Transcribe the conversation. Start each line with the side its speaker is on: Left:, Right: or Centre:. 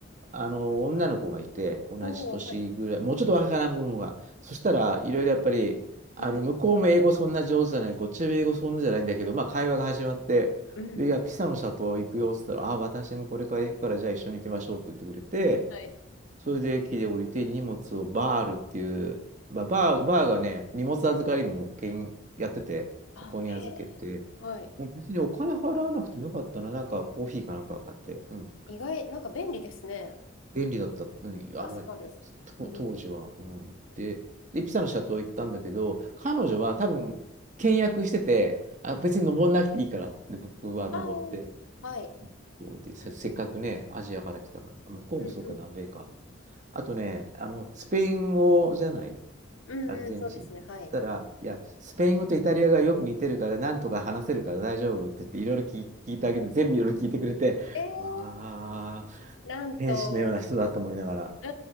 Right: あの、女の子がいて、同じ年ぐらい、
Left: おお、はい。
Right: もうちょっと若い子の方が。そしたらいろいろやっぱり、あの、
Left: うん、
Right: 向こうも英語そんな上手じゃない、こっちも英語そんなじゃないんだけど、まあ会話が始まって、
Left: うん。
Right: で、いや、ピサのシャトー行くよっつったら、あ、私もこれから行くから、じゃあ一緒に行きましょうって言ってくれて、
Left: はい。
Right: それで駅で降りて荷物をバールっていう、まあ、バー、
Left: うん
Right: バーがね、荷物預かりもけんやってて、
Left: あ、
Right: そこに預けて、
Left: ええはい。
Right: うん別にお金払わなくてもよかったな、なんかコーヒーかなんか買って、うん、
Left: 意外、なんか便利ですね。
Right: 便利だった、うん、あの、
Left: 助かる。
Right: と当時は、
Left: うん、
Right: うん、で、で、ピサの斜塔行ったんだけど、彼女は多分、倹約してて、あ、別に登んなくていいからって僕は登って、
Left: ああ、はい。
Right: そうで、せ、せっかくね、アジアから来たから、向こうもそうか、
Left: うん、うん。
Right: 南米か。あとね、あの、スペイン語じゃない、
Left: うんうん、
Right: アルゼンチンって。
Left: そうですね。はい。
Right: たら、いや、スペイン語とイタリアがよく似てるから、なんとか話せるから大丈夫って言って、いろいろ聞い聞いてあげて、全部いろいろ聞いてくれて、
Left: え
Right: わあ、
Left: えなんと、
Right: 天使のような人だと思いながら。
Left: う